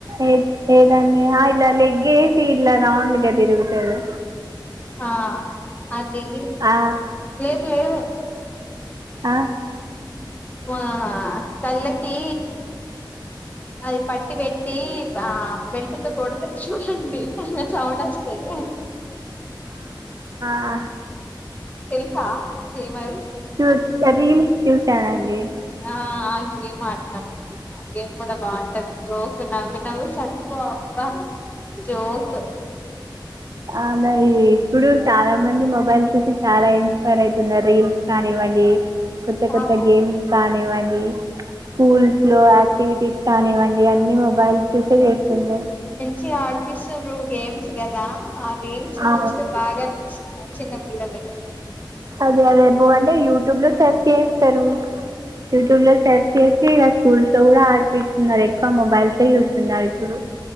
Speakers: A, on the right; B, on the left.
A: ఏ ఏదండి ఇలా లెగ్ వేసి ఇలా రౌండ్గా తిరుగుతారు
B: ఆ అది
A: ఆ,
B: లేదు లేదు
A: ఆ.
B: ఆ కళ్ళకి అది పట్టి పెట్టి ఆ బెల్టు తో కొడుతరు చూడండి సౌండ్ వస్తాయి
A: ఆ
B: తెలుసా గేమ్ అది
A: చూ రీల్స్ చూసానండి
B: ఆ ఆ గేమ్ ఆడినం గేమ్ కూడా బాంటది జోక్ నవ్ నువ్ చెప్పు అక్క జోక్
A: అలాయి ఇప్పుడు చాలా మంది మొబైల్ చూసి చాలా ఇన్ ఇన్స్పైర్ అయితున్నారు రీల్స్ కానివ్వండి కొత్త కొత్త
B: ఆ
A: గేమ్స్ కానివ్వండి స్కూల్స్ లో యాక్టివిటీస్ కానివ్వండి అన్ని మొబైల్స్ చూసే చేస్తున్నారు
B: చిగా ఆడిపిస్తున్రు గేమ్స్ కదా రీల్స్
A: ఆ,
B: చూస్తే బాగా అనిపిస్తున్నాయి చిన్నపిల్లలకి
A: అదే అదే బో అంటే యూట్యూబ్ లో సెర్చ్ చేయిస్తరు యూట్యూబ్ లో సెర్చ్ చేసి ఇగ స్కూల్స్ లో కూడా ఆడిపిస్తున్నారు ఎక్కువ మొబైల్ చేయిస్తున్నారు ఇప్పుడు